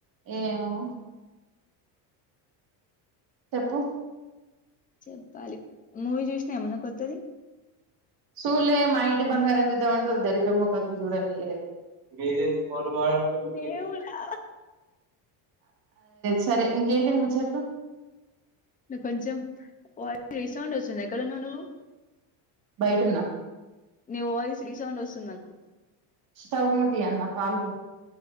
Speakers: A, on the right; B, on the left.
A: ఏమో చెప్పు
B: చెప్పాలి మూవీ చూసినా ఏమన్నా కొత్తది.
A: సూళ్లే మా ఇంటి బంగారం చూద్దామంట దరిద్ర ముఖది చూడనియలే మీదే ప వా <unintelligible>
B: దేవుడా
A: సరే ఇంకేంటి ముచ్చట్లు
B: నాకు కొంచెం వాయిస్ కొంచం రీసౌండ్ వస్తుంది. ఎక్కడ ఉన్నావు. నువ్వు
A: బయటన్న
B: నీ వాయిస్ రీసౌండ్ వస్తుంది. నాకు
A: స్టవ్ ముత్తియలన పాలు